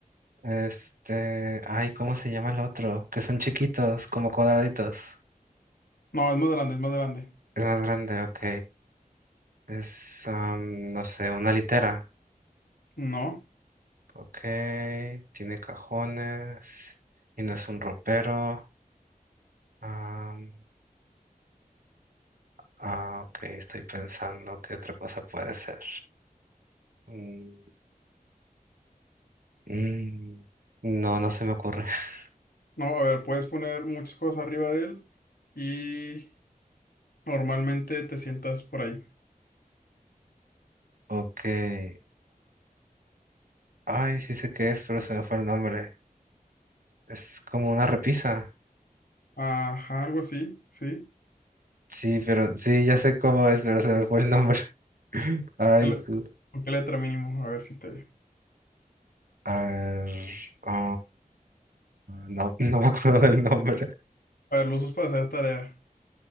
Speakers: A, on the right; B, on the left.
A: Este, ay, ¿cómo se llama el otro? Que son chiquitos, como cuadraditos.
B: no, es más grande, es más grande.
A: Es más grande, ok. Es, am, no sé, una litera.
B: No.
A: Ok, tiene cajones y no es un ropero. Am, ah, ok, estoy pensando qué otra cosa puede ser. Mm, mm, no, no se me ocurre. <laughs>
B: No, a ver, puedes poner muchas cosas arriba de él y normalmente te sientas por ahí.
A: Ok, ay, ay, sí sé qué es, pero se me fue el nombre. Es como una repisa.
B: Ajá, algo así, sí.
A: Sí, pero sí, ya sé cómo es, pero se me fue el nombre. <laughs> Ay,
B: ¿Qué le-
A: cu-
B: ¿Con qué letra mínimo? A ver si te...
A: a ver, ah, no, no me acuerdo del nombre.
B: A ver, lo usas para hacer tarea